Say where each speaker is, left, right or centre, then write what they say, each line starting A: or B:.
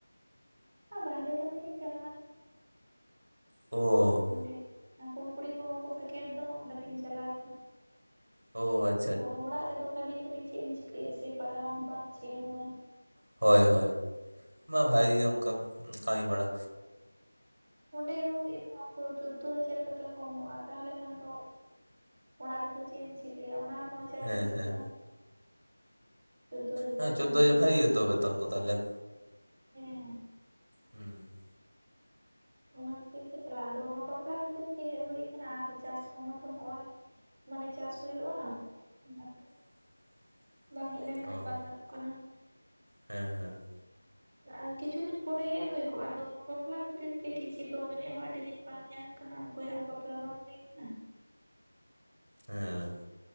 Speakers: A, on the right; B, on the right.
A: ᱟ ᱵᱟᱦᱨᱮ ᱠᱟᱹᱢᱤᱞᱤᱧ ᱪᱟᱞᱟᱣ ᱞᱮᱱᱟ᱾
B: ᱚ
A: ᱚᱸᱰᱮ ᱠᱩᱲ ᱠᱩᱲᱤ ᱠᱚ ᱯᱮᱠᱮᱴ ᱫᱚ ᱚᱸᱰᱮᱞᱤᱧ ᱪᱟᱞᱟᱣ ᱞᱮᱱᱟ᱾
B: ᱚ ᱟ
A: ᱟᱫᱚ ᱚᱲᱟᱜ ᱨᱮᱫᱚ ᱠᱷᱟᱹᱞᱤ ᱠᱷᱟᱹᱞᱤ ᱪᱮᱫ ᱮᱢ ᱪᱤᱠᱟᱹᱭᱟ ᱥᱮ ᱯᱟᱲᱦᱟᱣ ᱦᱚᱸ ᱵᱟᱝ ᱪᱮᱫ ᱦᱚᱸ ᱵᱟᱝ
B: ᱦᱳᱭ ᱦᱳᱭ ᱢᱟ ᱵᱷᱟᱜᱤ ᱜᱮ ᱚᱱᱠᱟᱢ ᱠᱟᱹᱢᱤ ᱵᱟᱲᱟ
A: ᱚᱸᱰᱮ ᱦᱚᱸ ᱮᱢᱚᱜ ᱟᱠᱚ ᱪᱳᱫᱽᱫᱳ ᱦᱟᱡᱟᱨ ᱠᱟᱛᱮ ᱠᱚ ᱮᱢᱚᱜᱼᱟ ᱛᱟᱦᱞᱮ ᱠᱷᱟᱱ ᱫᱚ ᱚᱲᱟᱜ ᱨᱮᱫᱚ ᱪᱮᱫ ᱮᱢ ᱪᱤᱠᱟᱹᱭᱟ ᱚᱱᱟ ᱨᱮᱦᱚᱸ ᱡᱟᱜᱮ
B: ᱦᱮᱸ
A: ᱦᱩᱭᱩᱜᱼᱟ
B: ᱦᱮᱸ
A: ᱪᱳᱫᱫᱳ ᱦᱟᱡᱟᱨ
B: ᱦᱮᱸ ᱪᱳᱫᱽᱫᱳ
A: ᱪᱟᱸᱫᱚ
B: ᱦᱟᱡᱟᱨ
A: ᱨᱮ
B: ᱵᱷᱟᱜᱮ ᱜᱮᱛᱚ ᱵᱮᱛᱚᱱ ᱠᱚ ᱛᱟᱦᱚᱞᱮ
A: ᱦᱮᱸ
B: ᱦᱩᱸ
A: ᱚᱱᱟ ᱠᱷᱟᱹᱛᱤᱨ ᱛᱮ ᱪᱟᱞᱟᱜᱼᱟ ᱟᱫᱚ ᱚᱱᱟ ᱵᱟᱯᱞᱟ ᱠᱷᱟᱹᱛᱤᱨ ᱛᱮ ᱦᱮᱡ ᱦᱩᱭ ᱠᱟᱱᱟ ᱟᱨ ᱪᱟᱥ ᱠᱚᱦᱚᱸ ᱛᱚ ᱦᱚᱜᱼᱚᱭ ᱢᱟᱱᱮ ᱪᱟᱥ ᱦᱩᱭᱩᱜᱼᱟ ᱚᱱᱟᱛᱮ
B: <inaudible>
A: ᱵᱟᱝ ᱦᱮᱡ ᱞᱮᱱᱠᱷᱟᱱ
B: ᱚ
A: ᱵᱟᱝ ᱜᱟᱱᱚᱜ ᱠᱟᱱᱟ
B: ᱦᱮᱸ ᱦᱮᱸ
A: ᱟᱨ ᱠᱤᱪᱷᱩ ᱫᱤᱱ ᱯᱚᱨᱮ ᱦᱮᱜ ᱦᱩᱭ ᱠᱚᱜᱼᱟ ᱟᱫᱚ ᱱᱚᱶᱟ ᱵᱟᱯᱞᱟ ᱠᱷᱟᱹᱛᱤᱨ ᱛᱮ ᱠᱤᱪᱷᱤ ᱫᱚᱝ ᱮᱱᱮᱡ ᱦᱚᱸ ᱟᱹᱰᱤ ᱫᱤᱱ ᱵᱟᱝ ᱧᱟᱢ ᱟᱠᱟᱱᱟ᱾ ᱚᱠᱚᱭᱟᱜ ᱦᱚᱸ ᱵᱟᱯᱞᱟ ᱵᱟᱝ ᱦᱩᱭ ᱟᱠᱟᱱᱟ᱾
B: ᱦᱮᱸ